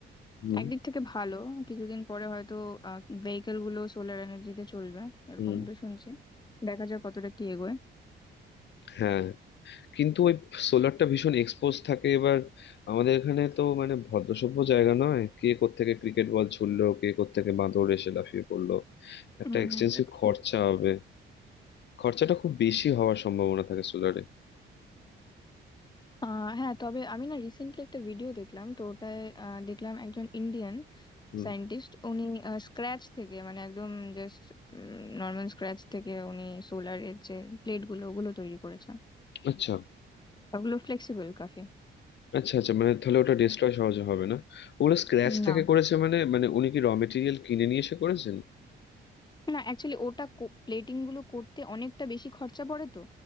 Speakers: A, on the left (about 60°); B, on the left (about 20°).
A: হুম
B: একদিক থেকে ভালো কিছুদিন পরে হয়তো ভেহিকেল গুলো সোলার এনার্জিতে চলবে এরকম
A: হুম
B: তো শুনছি দেখা যাক কতটা কি এগোয়
A: হ্যাঁ কিন্তু ওই সোলারটা ভীষণ এক্সপোজ থাকে এবার আমাদের এখানে তো মানে ভদ্রসভ্য জায়গা নয় কে কোত্থেকে ক্রিকেট বল ছুড়লো কে কোত্থেকে বাঁদর এসে লাফিয়ে পড়লো একটা
B: উম
A: এক্সটেন্সিভ
B: এটা
A: খরচা
B: ঠিক
A: হবে খরচাটা খুব বেশি হওয়ার সম্ভাবনা থাকে সোলারে
B: আহ হ্যাঁ তবে আমি না রিসেন্টলি একটা ভিডিও দেখলাম তো ওটায় আহ, দেখলাম একজন ইন্ডিয়ান
A: হুম
B: সায়েন্টিস্ট উনি স্ক্র্যাচ থেকে মানে একদম জাস্ট নর্মাল স্ক্র্যাচ থেকে উনি সোলারের যে প্লেট গুলো ওগুলো তৈরি করেছেন
A: আচ্ছা
B: ওগুলো ফ্লেক্সিবল কাফি
A: আচ্ছা আচ্ছা মানে তাহলে ওটা ডিস্ট্রয় সহজে হবে না ওগুলো স্ক্র্যাচ থেকে
B: না
A: করেছে মানে মানে উনি কি র মেটেরিয়াল কিনে নিয়ে এসে করেছেন
B: না অ্যাকচুয়ালি ওটা প্লেটিং গুলো করতে অনেকটা বেশি খরচা পড়ে তো